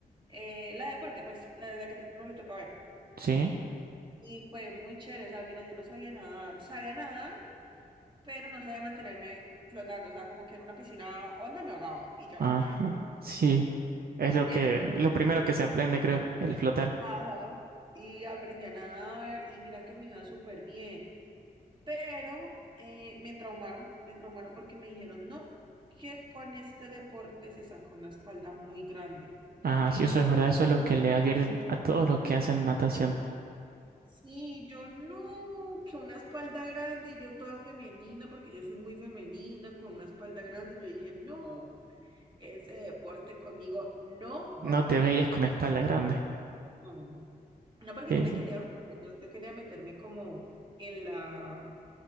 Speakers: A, on the right (about 30°); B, on the right (about 75°).
A: Eh, la de deporte, pues, la, la que te- no le toca ver.
B: Sí,
A: Y fue muy chévere, o sea, mira, yo no sabía nadar, sabía nadar, pero no sabía mantenerme flotando, o sea, como que en una piscina onda me ahogaba, y yo.
B: ajá.
A: <laughs>
B: Sí, es lo
A: Entonces,
B: que, lo primero que se aprende, creo, el flotar.
A: ajá, y aprendí a nadar, y mira que me iba súper bien. pero eh, me traumaron, me traumaron porque me dijeron, no, que con este deporte se saca una espalda muy grande.
B: Ah,
A: Y
B: sí, eso es
A: yo,
B: verdad. Eso es lo que le advierten a todos los que hacen natación.
A: sí, yo no, que una espalda grande, yo toda femenina, porque yo soy muy femenina, con una espalda grande, yo dije, no, ese deporte conmigo no va.
B: No te veías con espalda grande.
A: No, no porque
B: Sí,
A: yo me
B: sí.
A: quería meter, yo, yo quería meterme como en la,